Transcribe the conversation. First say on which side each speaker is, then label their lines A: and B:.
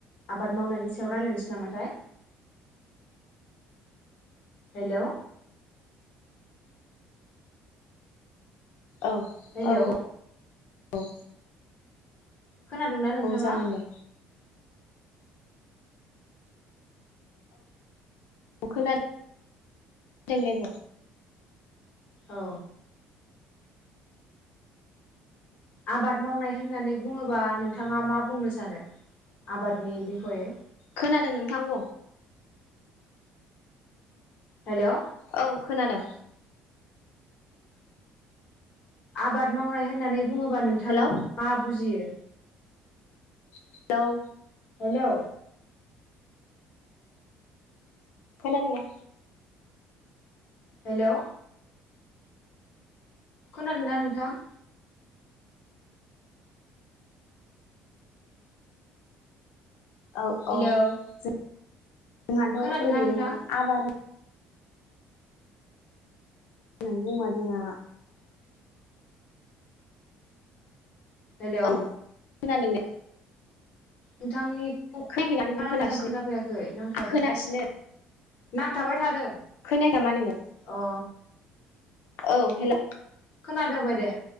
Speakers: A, on the left; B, on the left.
A: आबाद मावनायनि सायाव रायज्लायनोसै नामाथाय हेलौ
B: औ औ
A: हेलौ
B: औ औ
A: खोनादोंना नोंथाङा?
B: जागोन दे अ खोनादों दे बुं।
A: औ आबाद मावनाय होननानै बुङोबा नोंथाङा मा बुंनो सानो आबादनि बिखयै?
B: खोनादों नोंथां बुं।
A: हेल'
B: औ खोनादों।
A: आबाद मावनाय होननानै बुङोबा नोंथाङा
B: हेलौ
A: मा बुजियो?
B: हेलौ
A: हेलौ
B: खोना दोंना?
A: हेल' खोनादों ना नोंथां?
B: औ
A: हेलौ
B: औ जों जोंहाथ'
A: खोनादोंना
B: ओरैनो
A: नोंथां
B: आबाद नानै बुंबा जोंना
A: हेलौ
B: औ खोनादों ना?
A: नोंथांनिखौ
B: खोनायाखैना नोङो
A: बारा
B: खोनासिनो
A: मोजां खोनाफैयाखै नांथाबादों
B: आं खोनासिनो
A: नांथाबाय थादों
B: खोनायाखै नामा नोङो
A: अ
B: औ हेल'
A: खोनादों बाय दे